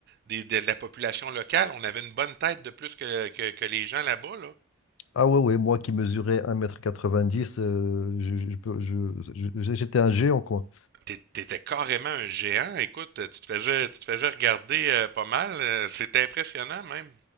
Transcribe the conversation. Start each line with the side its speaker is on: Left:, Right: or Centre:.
Right: des- de la population locale? On avait une bonne tête de plus que, que, que les gens là-bas, là.
Left: Ah ouais, ouais, moi qui mesurais 1m90, euh, je, je peux- je- je- j'étais un géant, quoi.
Right: T'é- T'étais carrément un géant. Écoute, tu te faisais, tu te faisais regarder euh, pas mal. Euh, C'était impressionnant même.